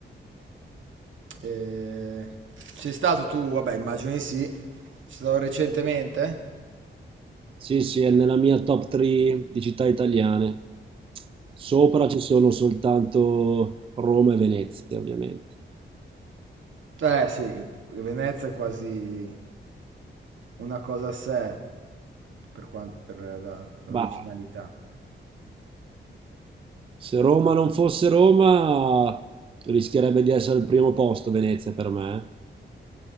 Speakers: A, on the right (about 85°); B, on the right (about 30°).
A: E... Sei stato tu? Vabbè, immagino di sì. Sei stato recentemente?
B: Sì, sì, è nella mia top 3 di città italiane. Sopra ci sono soltanto Roma e Venezia, ovviamente.
A: Eh sì, che che Venezia è quasi una cosa a sé per, quan- per la- l'originalità.
B: Ma se Roma non fosse Roma, rischierebbe di essere al primo posto Venezia per me. eh.